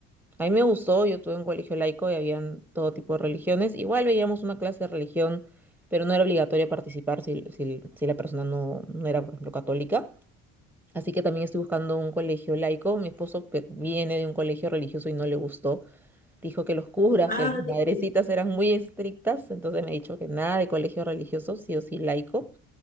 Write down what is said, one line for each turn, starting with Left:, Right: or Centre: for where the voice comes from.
Centre: A mí me gustó, yo tuve un colegio laico y habían todo tipo de religiones. Igual veíamos una clase de religión, pero no era obligatorio participar si, si- si la persona no, no era, por ejemplo, católica. Así que también estoy buscando un colegio laico. Mi esposo pe- viene de un colegio religioso y no le gustó. Dijo que los curas,
Left: Ah,
Centre: que las
Left: no
Centre: madrecitas
Left: te creo.
Centre: eran muy estrictas, entonces me ha dicho que nada de colegio religioso, sí o sí laico.